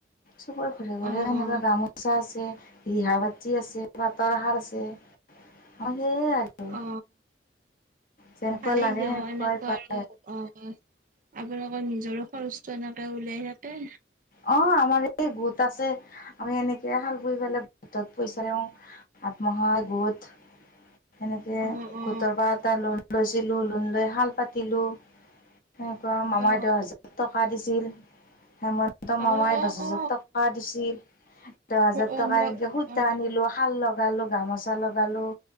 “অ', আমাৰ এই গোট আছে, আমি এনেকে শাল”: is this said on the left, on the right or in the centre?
Left